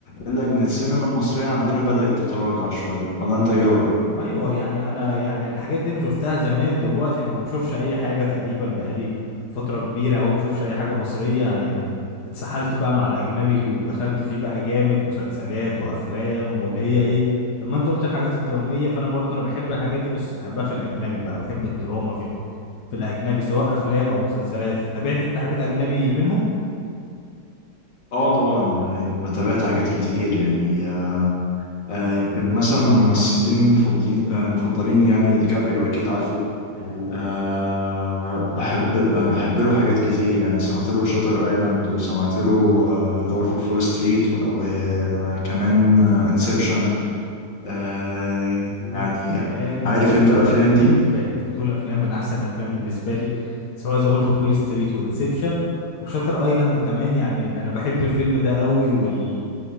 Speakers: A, on the left; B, on the left.
A: إلا إن السينما المصرية عندنا بدأت تتراجع شوية ولا أنت إيه رأيك؟
B: ايوه يعني انا يعني الحاجات دي انا شفتها زمان دلوقتي انا ما بشوفش اي حاجه تقريبا بقالي فتره كبيره قوي ما بشوفش اي حاجه مصريه يعني اتسحلت بقى مع الاجنبي ودخلت فيه بقى جامد مسلسلات وافلام واللي هي ايه لما انت قلت الحاجات الدراميه فانا برضه انا بحب الحاجات دي بس بحبها في الاجنبي بقى بحب الدراما في ال... في الاجنبي سواء افلام او مسلسلات تابعت انت حاجات اجنبي منهم
A: آه طبعا آه، بتابعت حاجات كتير يعني آه، يمكن مثلا من الممثلين المفضلين آه، المفضلين يعني ديكابريو أكيد عارفه
B: اوه
A: آه، بحب آه، بحب له حاجات كتير يعني سمعت له شاتر ايلاند وسمعت له ذا وولف اوف فول ستريت وكمان انسبشن أه
B: بتقول
A: يعني
B: افلام
A: عارف
B: من احسن
A: انت
B: الافلام
A: الافلام دي
B: بالنسبه لي انت بتقول افلام من احسن الافلام بالنسبه لي سواء ذا وولف اوف وول ستريت وانسبشن وشاتر ايلاند كمان يعني انا بحب الفيلم ده قوي وال...